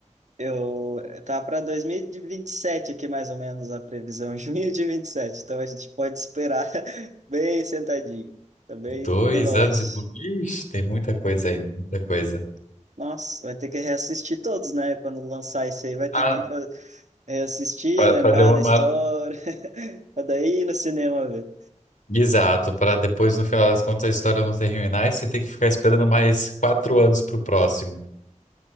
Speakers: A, on the right; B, on the left.
A: Eu tá para dois mil e e vinte e sete aqui mais ou menos a previsão, <laughs> junho de vinte e sete Então a gente pode esperar <laughs> bem sentadinho, também
B: Dois
A: bem bem longe.
B: anos e pouco. Ixi, tem muita coisa ainda, muita coisa.
A: Nossa, vai ter que reassistir todos, né? Quando lançar isso aí, vai ter
B: Ah,
A: que fa- reassistir,
B: fa-
A: lembrar
B: fazer uma
A: da
B: mara.
A: história, <laughs> pra daí ir no cinema ver.
B: Exato, para depois, no final das contas, a história não terminar e você ter que ficar esperando mais quatro anos pro próximo.